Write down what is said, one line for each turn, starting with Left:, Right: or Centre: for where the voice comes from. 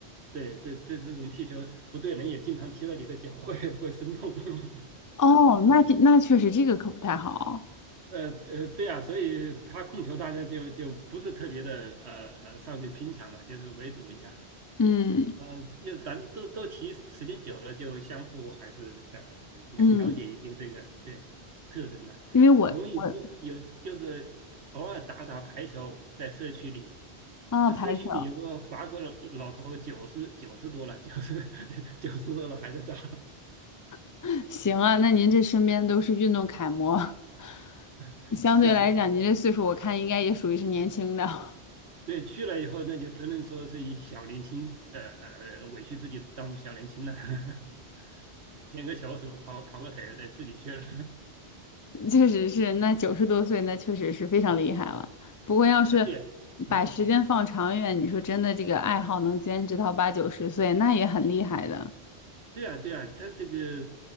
Right: 对对对这种踢球不对人，也经常踢到你的脚会会生痛。<laughs>
Left: 哦，那那确实这个可不太好。
Right: 呃呃，对啊，所以他控球大家就就不是特别的呃呃上去拼抢嘛，就是围堵一下。
Left: 嗯，
Right: 呃，就反正都都提时间久了，就相互还是呃了了解一些这个对特征的。
Left: 嗯，因为我我
Right: 我们有时候有就是偶尔打打排球，在社区里，
Left: 啊排球，
Right: 那社区里有个法国老老头，九十九十多了，九十 <laughs> 九十多了还在打，
Left: <laughs> 行啊，那您这身边都是运动楷模，<laughs>
Right: <laughs>
Left: 相对来讲，
Right: 是啊，
Left: 您这岁数我看应该也属于是年轻的。
Right: 对，去了以后那就只能说是以小年轻，呃呃，委屈自己当做小年轻了，<laughs> 捡个球什么跑跑个腿，对，自己去了，
Left: 确实是，那九十多岁，那确实是非常厉害了。不过要是
Right: <laughs> 啊，对啊嗯。
Left: 把时间放长远，你说真的，这个爱好能坚持到八九十岁，那也很厉害的。
Right: 对啊，对啊，他这个，